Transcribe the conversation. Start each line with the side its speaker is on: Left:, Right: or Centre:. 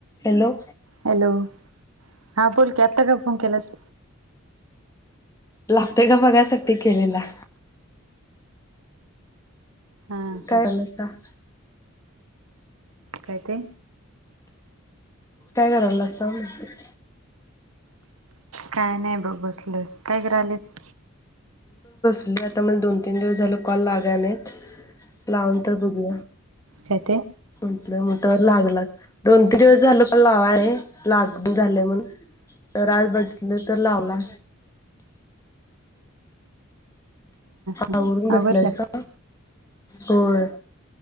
Left: Hello.
Right: Hello हा बोलकी. आता का फोन केलास?
Left: लागते का बघाय साठी ते केलेला.
Right: हा
Left: काय
Right: हा
Left: झालं का?
Right: काय ते?
Left: काय करायलासा म्हंटल?
Right: काय नाही बघ बसलोय. काय कर करालीस.
Left: सले आता मला दोन तीन दिवस झाल कॉल लागाय नाहीत. लावून तर बघूया.
Right: काय ते?
Left: म्हटलं म तर लागला. दोन तीन दिवस झाल पण लावाय. लागना झाले म्हणून तर आज बघितले तर लावला.
Right: हा
Left: आवरून बसलायसा?
Right: आवरलं
Left: होय.